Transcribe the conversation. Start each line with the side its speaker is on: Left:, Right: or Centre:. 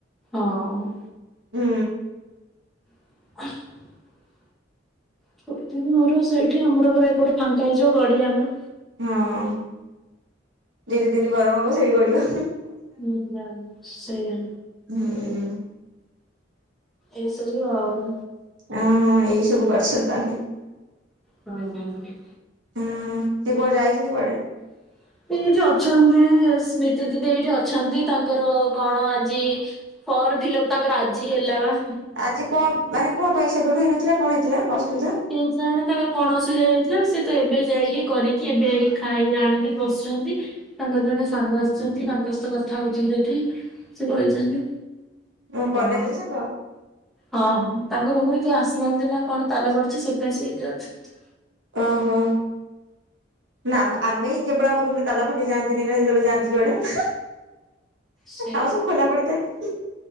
Centre: ହଁ।
Right: ହୁଁ।
Centre: <inaudible> ଥୋଇଦେବି ମୋର ସେଇଠି ଆମରପୁରା ଏପଟେ ଫାଙ୍କା ହେଇଯିବ ଗଡିଆ ଆମର
Right: ହଁ ଯେତେ ଦିନ ଗରମ ହବ ସେଇଠି ଗଢିବ।
Centre: ହୁଁ ମାମ ସେଇଆ
Right: ହୁଁ।
Centre: ଏସବୁ ଆଉ
Right: ଓହୋ ଏଇ ସବୁ କରିଛନ୍ତି ତାନେ
Centre: ହଁଁ ହଁ।
Right: ହୁଁ ସିଏ କୁଆଡେ ଯାଇଛନ୍ତି କୁଆଡେ?
Centre: <inaudible> ସେ ଯୁ ଅଛନ୍ତି ସ୍ମୃତି ଦିଦି ଏଇଠି ଅଛନ୍ତି ତାଙ୍କର କଣ ଆଜି ଫର୍ମ୍ ଫିଲପ ତାଙ୍କର ଆଜି ହେଲା ବା।
Right: ଆଜି କଣ ମାନେ କଣ ପାଇଁ ସେବେଠୁ ହେଇନଥିଲା କଣ ହେଇଥିଲା ଅସୁବିଧା?
Centre: କେଜାଣି ତାଙ୍କର କଣ ଅସୁବିଧା ହେଇଥିଲା ସେ ତ ଏବେ ଯାଇକି କରିକି ଏବେ ଏଇ ଖାଇ ଆଣିକି ବସିଛନ୍ତି। ତାଙ୍କର ଜଣେ ସାଙ୍ଗ ଆସିଛନ୍ତି ତାଙ୍କ ସହ କଥା ହଉଛନ୍ତି ଏଠି। ସେ କହିଛନ୍ତି
Right: ଓ କଲେଜ
Centre: ହଁ।
Right: ର ସାଙ୍ଗ
Centre: ହଁ ତାଙ୍କ ରୁମ ରେ କିଏ ଆସିନାହାନ୍ତି ନା କଣ ତାଲା ପଡୁଛି ସେଥିପାଇଁ ସେ ଏଠି ଅଛନ୍ତି।
Right: ଅଁ ହଁ। ନା ଆମ ଆମେ ହିଁ କେବଳ ଆମ ରୁମ ରେ ତାଲା ପାଖେଇ ଯାଆନ୍ତିନି ନା ଯେତେବେଳେ ଯାନ୍ତି ଯୁଆଡେ।
Centre: ସେଇଆ
Right: ଆଉ ସବୁ ଖୋଲା ପଡିଥାଏ।